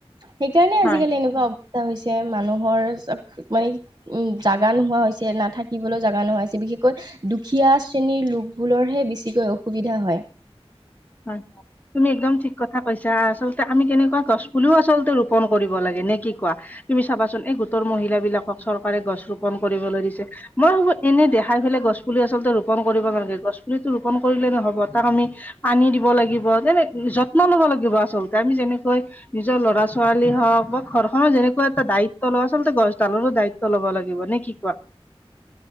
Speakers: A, on the right (about 40°); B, on the left (about 15°).
A: সেইকাৰণে আজিকালি
B: হয়
A: এনেকুৱা <unintelligible> হৈছে মানুহৰ মানে উম, জাগা নোহোৱা হৈছে নাথাকিবলৈও জাগা নোহোৱা হৈছে। বিশেষকৈ দুখীয়া শ্ৰেণীৰ লোকবোৰৰহে বেছিকৈ অসুবিধা হয়।
B: হয়। তুমি একদম ঠিক কথা কৈছা আচলতে আমি কেনেকুৱা গছ পুলিও আচলতে ৰোপন কৰিব লাগে নে কি কোৱা। তুমি চাবাচোন এই গোটৰ মহিলাবিলাকক চৰকাৰে গছ ৰোপন কৰিবলৈ দিছে। মই ভাবো এনে দেখাই পেলাই গছ পুলি আচলতে ৰোপন কৰিব নালাগে গছ পুলিটো ৰোপন কৰিলে নহ'ব তাক আমি পানী দিব লাগিব তেনে যত্ন ল'ব লাগিব আচলতে আমি যেনেকৈ নিজৰ ল'ৰা ছোৱালী হওঁক <unintelligible> ঘৰখনৰ যেনেকুৱা এটা দায়িত্ব লয় আচলতে গছডালৰো দায়িত্ব ল'ব লাগিব নে কি কোৱা।